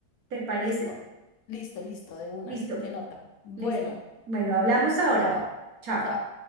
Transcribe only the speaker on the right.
¿Te parece?
Listo,
listo. Bueno, hablamos
ahora.
Chao.